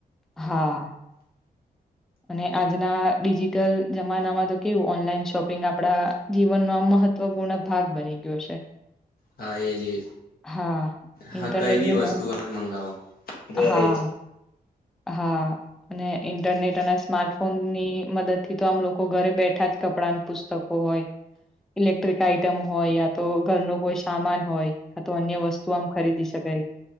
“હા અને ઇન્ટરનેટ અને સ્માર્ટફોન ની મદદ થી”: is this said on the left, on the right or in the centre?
Centre